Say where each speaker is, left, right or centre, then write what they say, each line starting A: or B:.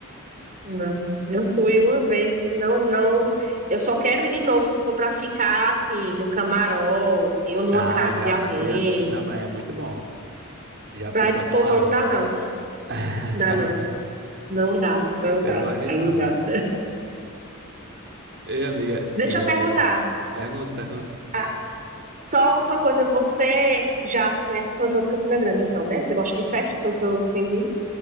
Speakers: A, on the right; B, on the right.
A: Não, eu fui uma vez e não, não. Eu só quero ir de novo se for para ficar assim no camarote ou numa
B: Ah,
A: casa
B: já
A: de alguém.
B: fui assim também, é muito bom. Já
A: Pra
B: fui pro
A: ir pro
B: camarote.
A: povão não dá não,
B: <laughs>
A: dá não, não dá, não dá,
B: Eu gosto de
A: aí
B: tudo.
A: não dá.
B: Ei, amiga,
A: Deixa
B: é,
A: eu perguntar.
B: pergunta, pergunta.
A: Ah, só uma coisa, você já conhece São João de Campina Grande, então, né? Você gosta de festa, pelo que eu entendi?